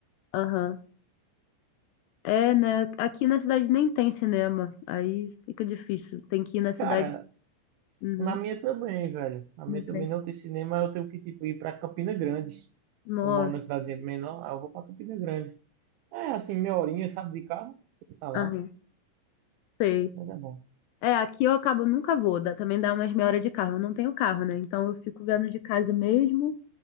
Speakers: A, on the left; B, on the right.
A: Aham. É, né? Aqui na cidade nem tem cinema. Aí fica difícil. Tem que ir na cidade.
B: Cara,
A: Uhum.
B: na minha também, velho. Na minha
A: Ok.
B: também não tem cinema, eu tenho que, tipo, ir pra Campina Grande.
A: Nossa,
B: Eu moro numa cidadezinha menor, aí eu vou pra Campina Grande. É, assim, meia horinha, sabe, de carro. Tá lá.
A: ah, sei.
B: Mas é bom.
A: É, aqui eu acabo, nunca vou, dá- também dá umas meia hora de carro. Eu não tenho carro, né? Então eu fico vendo de casa mesmo.